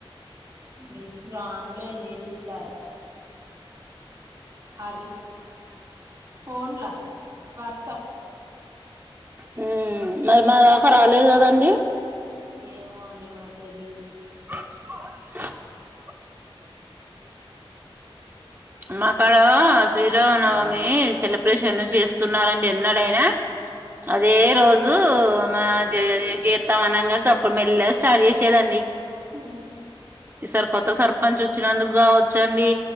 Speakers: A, on the right (about 40°); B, on the right (about 20°).
A: లిస్ట్ లో ఆన్లైన్ చేసి ఇస్తారు ఆ లిస్ట్ ఫోన్లా వాట్సప్
B: హు మరి మా దాకా రాలేదు కదండి
A: ఏమో అండి మాకు తెలిదు
B: <inaudible> మా కాడ శ్రీరామనవమి సెలబ్రేషన్ చేస్తున్నారండి ఎన్నాడయినా అదే రోజు అప్పుడు మా జే జీతం అనంగా అప్పుడు మెల్లగా స్టార్ట్ చేసేదండి
A: హు
B: ఈసారి కొత్త సర్పంచ్ వచ్చినందుకు కావచ్చు అండి